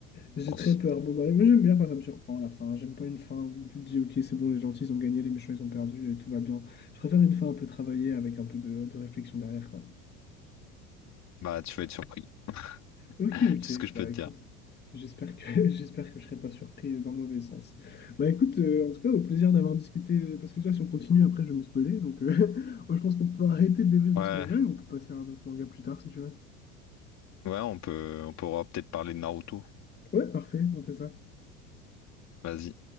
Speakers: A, on the left; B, on the left.
A: J'ai
B: pense.
A: très peur. Bon, bah, moi, j'aime bien quand ça me surprend la fin. J'aime pas une fin où tu te dis, ok, c'est bon, les gentils, ils ont gagné, les méchants, ils ont perdu et tout va bien. Je préfère une fin un peu travaillée avec un peu de, de réflexion derrière, quoi.
B: Bah, tu vas être surpris.
A: Ok,
B: <laughs>
A: ok.
B: tout ce que je
A: Bah,
B: peux te
A: écoute,
B: dire.
A: j'espère que, <laughs> j'espère que je serai pas surpris dans le mauvais sens. Bah, écoute, euh, en tout cas, au plaisir d'avoir discuté. Parce que ça, si on continue, après, je vais me spoiler. Donc, euh, <laughs> moi, je pense qu'on peut arrêter le débrief de
B: Ouais,
A: ce manga et on peut passer à un autre manga plus tard, si tu veux.
B: ouais, on peut, on pourra peut-être parler de Naruto.
A: Ouais, parfait, on fait ça.
B: Vas-y.